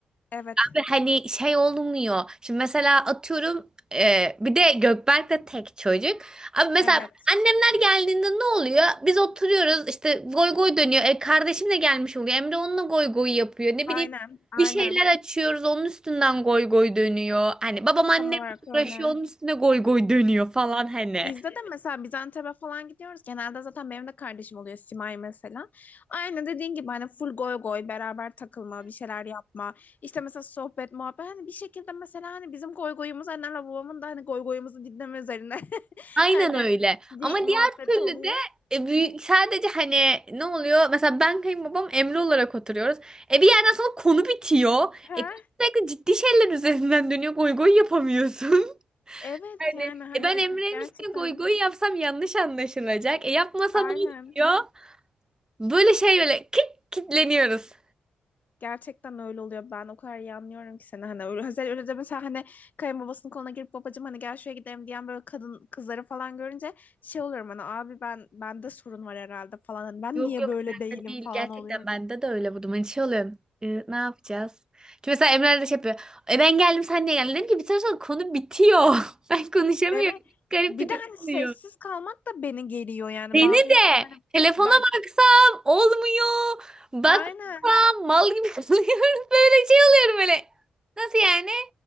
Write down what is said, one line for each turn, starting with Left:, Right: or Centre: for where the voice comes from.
Left: Evet.
Right: Abi hani şey olmuyor. Şimdi mesela atıyorum e, bir de Gökberk de tek çocuk. Abi mesela
Left: Evet.
Right: annemler geldiğinde ne oluyor? Biz oturuyoruz işte goy goy dönüyor. E, kardeşim de gelmiş oluyor. Emre onunla goy goy yapıyor. Ne
Left: Aynen.
Right: bileyim
Left: Aynen.
Right: bir şeyler açıyoruz onun üstünden goy goy dönüyor. Hani babam annem
Left: Tam olarak öyle.
Right: uğraşıyor onun üstüne goy goy dönüyor falan hani.
Left: Bizde de mesela biz Antep'e falan gidiyoruz. Genelde zaten benim de kardeşim oluyor Simay mesela. Aynı dediğin gibi hani full goy goy beraber takılma, bir şeyler yapma. İşte mesela sohbet, muhabbet. Hani bir şekilde mesela hani bizim goy goyumuz annemle babamın da hani goy goyumuzu dinleme üzerine. <laughs>
Right: Aynen
Left: Hani
Right: öyle.
Left: di
Right: Ama diğer
Left: muhabbet
Right: türlü
Left: oluyor.
Right: de e, büyük, sadece hani ne oluyor? Mesela ben kayınbabam Emre olarak oturuyoruz. E bir yerden sonra konu bitiyor.
Left: Ha?
Right: E sürekli ciddi şeyler üzerinden dönüyor. Goy goy yapamıyorsun. <laughs>
Left: Evet
Right: Hani
Left: yani hani
Right: e, ben Emre'nin
Left: gerçekten
Right: üstüne goy goy yapsam yanlış anlaşılacak. E yapmasam
Left: aynen.
Right: olmuyor. Böyle şey böyle kit kitleniyoruz.
Left: Gerçekten öyle oluyor. Ben o kadar iyi anlıyorum ki seni hani öyle, özel öyle de mesela hani kayınbabasının koluna girip babacığım hani gel şuraya gidelim diyen böyle kadın kızları falan görünce şey oluyorum hani abi ben bende sorun var herhalde falan hani ben
Right: Yok
Left: niye
Right: yok
Left: böyle değilim
Right: sende değil.
Left: falan
Right: Gerçekten
Left: oluyorum.
Right: bende de öyle bu durum. Hani şey oluyor. e, ne yapacağız? Çünkü mesela Emre de şey yapıyor. E ben geldim sen niye geldin? Dedim ki bir süre sonra konu bitiyor. <laughs> Ben konuşamıyorum.
Left: Evet.
Right: Garip
Left: Bir
Right: bir
Left: de
Right: durum
Left: hani sessiz
Right: oluyor.
Left: kalmak da beni geriyor yani
Right: Beni
Left: bazı insanların
Right: de telefona
Left: belki
Right: baksam olmuyor. Baksam
Left: aynen
Right: mal gibi <laughs> kalıyorum. Böyle şey oluyorum böyle. Nasıl yani?